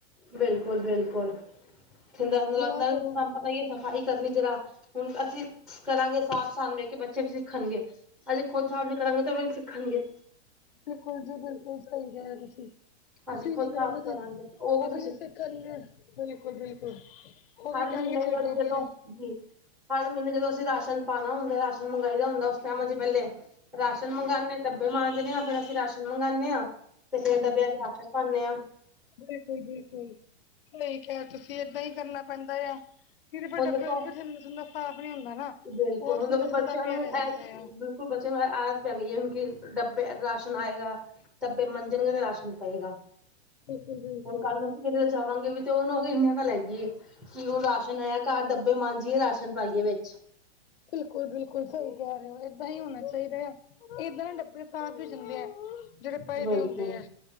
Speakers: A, in the centre; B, on the left.
A: ਬਿਲਕੁਲ ਬਿਲਕੁਲ <unintelligible> ਨਾਲ
B: ਨਾ ਕਰੋ
A: ਤੁਹਾਨੂੰ ਪਤਾ ਹੀ ਸਫ਼ਾਈ ਕਰਨੀ ਜਰਾ ਹੁਣ ਅਸੀਂ ਕਰਾਂਗੇ ਸਾਫ਼ ਸਾਨੂੰ ਦੇੇਖ ਕੇ ਬੱਚੇ ਵੀ ਸਿੱਖਣਗੇ। ਹਲੇ ਖੁਦ ਹਿਸਾਬ ਕਰਾਂਗੇ ਤਾਂ <unintelligible> ਸਿੱਖਣਗੇ।
B: ਬਿਲਕੁਲ ਜੀ ਬਿਲਕੁਲ ਸਹੀ ਕਿਹਾ ਤੁਸੀਂ। ਤੁਸੀਂ
A: ਅਸੀਂ ਖੁਦ
B: ਨੀ ਕਰੋਗੇ
A: ਸਾਫ਼
B: ਤੇ
A: ਕਰਾਂਗੇ ਕਿਥੋਂ
B: ਉਹ ਵੀ ਨੀ ਸਿੱਖਣਗੇ ਬਿਲਕੁਲ ਬਿਲਕੁਲ। ਉਹ ਵੀ
A: ਹਰ ਮਹੀਨੇ
B: ਕਹਿਗੇ ਛਡੋ
A: ਜਦੋਂ
B: ਪਰੇ।
A: ਜੀ ਹਰ ਮਹੀਨੇ ਜਦੋਂ ਅਸੀਂ ਰਾਸ਼ਨ ਪਾਣਾ ਹੁੰਦਾ ਰਾਸ਼ਨ ਮੰਗਾਈ ਦਾ ਹੁੰਦਾ ਉਸ ਟਾਈਮ <unintelligible> ਪਹਿਲੇ ਰਾਸ਼ਨ ਮੰਗਵਾਉਂਦੇ ਹਾਂ ਡੱਬੇ ਮਾਂਜਣੇ ਆ ਫੇਰ ਅਸੀਂ ਰਾਸ਼ਨ ਮੰਗਵਾਉਂਦੇ ਹਾਂ। ਤੇ ਫੇਰ
B: ਹਾਂਜੀ।
A: ਡੱਬਿਆਂ ਚ ਰਾਸ਼ਨ ਪਾਉਂਦੇ ਹਾਂ
B: ਬਿਲਕੁਲ ਬਿਲਕੁਲ ਸਹੀ ਕਿਹਾ ਹੈ। ਤੁਸੀਂ ਏਦਾਂ ਹੀ ਕਰਨਾ ਪੈਂਦਾ ਆ। ਕਿ ਫਿਰ
A: ਹੁਣ
B: ਡੱਬੇ
A: ਦੇਖੋ
B: ਦੁਬੇ ਇੱਥੇ ਇਨ੍ਹਾਂ ਸਟਾਫ਼ ਨੀ ਹੁੰਦਾ ਨਾ।
A: ਬਿਲਕੁਲ
B: ਉਹ
A: ਹੁਣ
B: ਥਿੰਦਾ
A: ਦੇਖੋ
B: ਥੁੰਦਾ
A: ਬੱਚਿਆਂ
B: ਪਿਆ
A: ਨੂੰ
B: ਰਹਿ ਜਾਂਦਾ
A: ਇਹ।
B: ਆ
A: ਉਸਕੋ ਬਚੇ ਹੋਏ ਆਸ ਹੈਗੀ ਕਿ ਡੱਬੇ ਰਾਸ਼ਨ ਆਏਗਾ। ਡੱਬੇ ਮਾਂਜਣਗੇ ਤੇ ਰਾਸ਼ਨ ਪਏਗਾ।
B: ਬਿਲਕੁਲ ਬਿਲਕੁਲ।
A: ਹੁਣ ਕੱਲ ਨੂੰ ਕਿਧਰੇ ਜਾਵਾਂਗੇ ਵੀ ਤੇ ਉਹਨੂੰ ਉਹਦੇ ਐਨੇਆ ਦਾ ਲੈ ਜਾਈਏ। ਕੀ ਹੁਣ ਰਾਸ਼ਨ ਆਇਆ ਘਰ ਡੱਬੇ ਮਾਂਜੀਏ ਰਾਸ਼ਨ ਪਾਈਏ ਵਿੱਚ।
B: ਬਿਲਕੁਲ ਬਿਲਕੁਲ ਸਹੀ ਕਹਿ ਰਹੇ ਹੋ ਏਦਾਂ ਹੀ ਹੋਣਾ ਚਾਹੀਦਾ ਹੈ ਏਦਾਂ ਨਾ ਡੱਬੇ। ਸਾਫ਼ ਹੀ ਦਿੰਦੇ ਆ ਜਿਹੜੇ ਪਏਦੇ
A: ਬਿਲਕੁਲ
B: ਹੁੰਦੇ ਹੈ